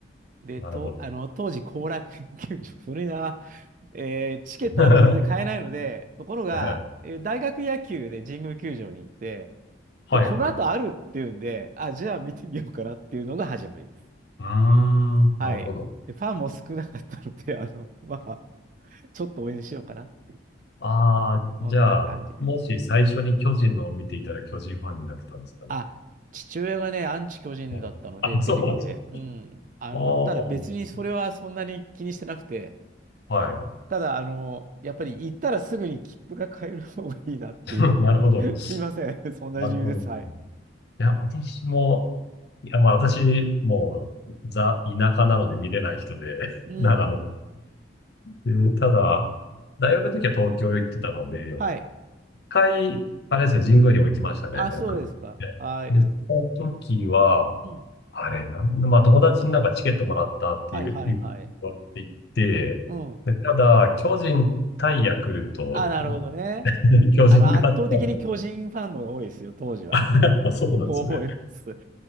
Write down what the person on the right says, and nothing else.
で、
と、あの、当時、後楽園球場、<laughs> 古いな、えーチケットなんか全然買えないので、
ところが、
えー大学野球で神宮球場に行って、
で、この後あるっていうんで、
あ、じゃあ見てみようかなっていうのが始まりです。
はい。で、ファンも少なかったので、あの、まあ、ちょっと応援しようかなっていう、
そんな感じです。
あ、父親がね、アンチ巨人だったので、
テレビで。
うん。
あの、
ただ別にそれはそんなに気にしてなくて、
ただ、あの、やっぱり行ったらすぐに切符が買える方がいいなっていう。
<laughs> すいません。<laughs> そんな理由です。
はい。
うん。
はい。
あ、そうですか。
はい。
うん。
はいはいはい。
うん。
あ、なるほどね。
あの、圧倒的に巨人ファンの方が多いですよ、当時は。うん。
と思います。